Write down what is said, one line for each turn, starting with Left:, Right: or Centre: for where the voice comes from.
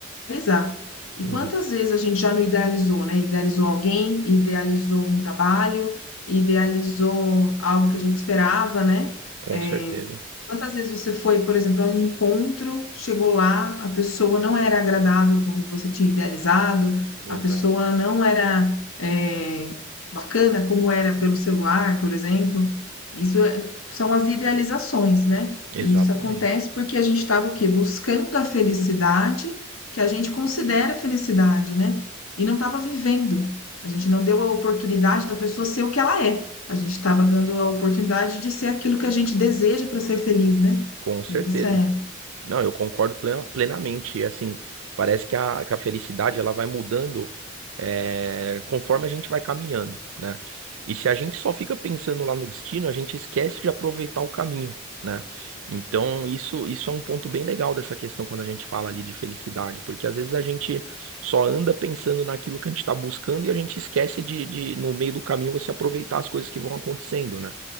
Left: idealizar. E
Right: Uhum.
Left: quantas vezes a gente já não idealizou, né? Idealizou alguém, idealizou um trabalho, idealizou algo que a gente esperava, né?
Right: Com
Left: É,
Right: certeza.
Left: quantas vezes você foi, por exemplo, a um encontro, chegou lá, a pessoa não era agradável como você tinha idealizado,
Right: Exato.
Left: a pessoa não era, é, bacana como era pelo celular, por exemplo. Isso é- são as idealizações, né?
Right: Exatamente.
Left: E isso acontece porque a gente estava o quê? Buscando a felicidade que a gente considera felicidade, né? E não estava vivendo. A gente não deu a oportunidade da pessoa ser o que ela é. A gente estava dando a oportunidade de ser aquilo que a gente deseja para ser feliz, né?
Right: Com certeza.
Left: E isso é
Right: Não, eu concordo plena- plenamente. E, Assim, parece que a, que a felicidade ela vai mudando é, conforme a gente vai caminhando, né? E se a gente só fica pensando lá no destino, a gente esquece de aproveitar o caminho, né? Então, isso, isso é um ponto bem legal dessa questão quando a gente fala ali de felicidade, porque às vezes a gente só anda pensando naquilo que a gente está buscando e a gente esquece de, de, no meio do caminho, você aproveitar as coisas que vão acontecendo, né?